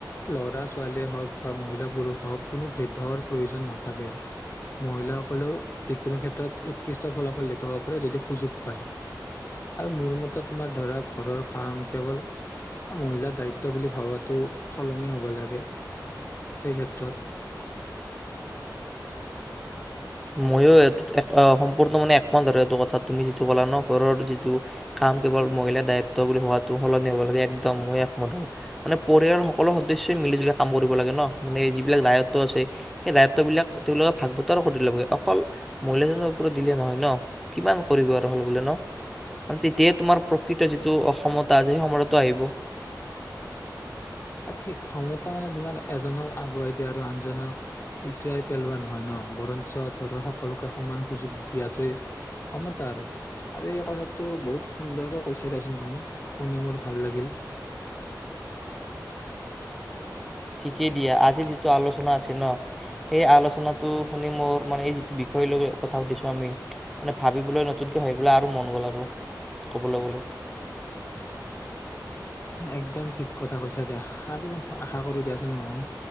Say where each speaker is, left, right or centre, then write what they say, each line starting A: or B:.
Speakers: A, on the left; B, in the centre.
A: ল'ৰা ছোৱালীয়ে হওক বা মহিলা পুৰুষ হওক কোনো ভেদ ভাৱৰ প্ৰয়োজন নাথাকে মহিলাসকলেও যিকোনো ক্ষেত্ৰত উৎকৃষ্ট ফলাফল দেখুৱাব পাৰে যদি সুযোগ পায় আৰু মোৰ মতে তোমাৰ ধৰা ঘৰৰ কাম কেৱল মহিলাৰ দায়িত্ব বুলি ভবাটো সলনি হ'ব লাগে সেই ক্ষেত্ৰত
B: ময়ো সম্পূৰ্ণ মানে একমত ধৰে এইটো কথা তুমি যিটো কলা ন ঘৰৰ যিটো কাম কেৱল মহিলাৰ দায়িত্ব বুলি হোৱাটো সলনি হ'ব লাগে একদম ময়ো একমতৰে মানে পৰিয়ালৰ সকলো সদস্যই মিলি জুলি কাম কৰিব লাগে ন মানে যিবিলাক দায়িত্ব আছে সেই দায়িত্ববিলাক তেওঁলোকে ভাগ বতৰা কৰি দিবাগে অকল মহিলাজনৰ ওপৰত দিলে নহয় ন কিমান কৰিব আৰু হল বোলে ন ম তেতিয়াই তোমাৰ প্ৰকৃত যিটো অসমতা আছে সেই সমতাটো আহিব
A: এ ঠিক ক্ষমতা মানে তোমাৰ এজনক আগুৱাই দিয়া আৰু আনজনক পিছুৱাই পেলোৱা নহয় ন বৰঞ্চ ধৰা সকলোকে সমান সুযোগ দিয়াটোৱে ক্ষমতা আৰু আৰু এই কথাটো বহুত সুন্দৰকে কৈছাই দিয়াচোন তুমি শুনি মোৰ ভাল লাগিল
B: ঠিকেই দিয়া আজি যিটো আলোচনা আছে ন সেই আলোচনাটো শুনি মোৰ মানে এই যিটো বিষয় লৈ কথা পাতিছো আমি মানে ভাবিবলৈ নতুনকে ভাবিবলৈ আৰু মন গল আৰু কবলৈ গলে
A: একদম ঠিক কথা কৈছা দিয়া আৰু আশা কৰোঁ দিয়াচোন ময়ো